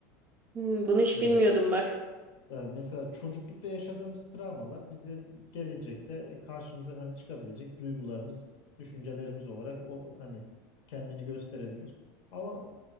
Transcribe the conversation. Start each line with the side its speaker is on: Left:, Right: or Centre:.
Right: hmm, bunu hiç
Left: Ee,
Right: bilmiyordum bak.
Left: yani mesela çocuklukta yaşadığımız travmalar bizi gelecekte e, karşımıza hani çıkabilecek duygularımız, düşüncelerimiz olarak o hani kendini gösterebilir. Ama